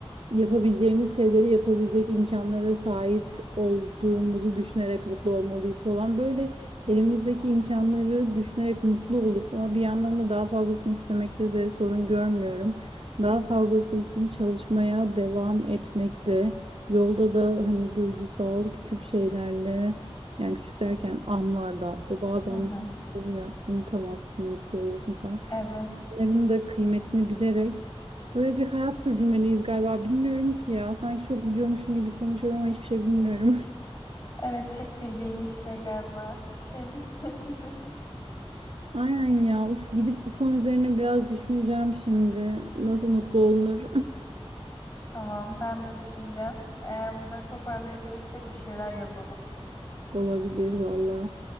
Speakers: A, on the right (about 65°); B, on the left (about 35°).
A: yapabileceğimiz şeyleri yapabilecek imkanlara sahip olduğumuzu düşünerek mutlu olmalıyız falan. Böyle elimizdeki imkanları düşünerek mutlu olup ama bir yandan da daha fazlasını istemekte de sorun görmüyorum. Daha fazlası için çalışmaya devam etmekte. Yolda da hani duygusal küçük şeylerle yani küçük derken anlarda o bazı
B: Hı
A: anlar
B: hı.
A: ya unutamazsın mutlu olursun falan.
B: Evet.
A: Onların da kıymetini bilerek böyle bir hayat sürdürmeliyiz galiba. Bilmiyorum ki ya. Sanki çok biliyormuşum gibi konuşuyorum ama hiçbir şey bilmiyorum.
B: Evet tek bildiğimiz şey galiba. Hiçbir şey <laughs> bilmediğimiz.
A: <laughs> Aynen ya. Uf, gidip bu konu üzerine biraz düşüneceğim şimdi. Nasıl mutlu olunur?
B: Tamam ben de düşüneceğim. Eğer bunları toparlayabilirsek bir şeyler yazalım.
A: <laughs> Olabilir valla.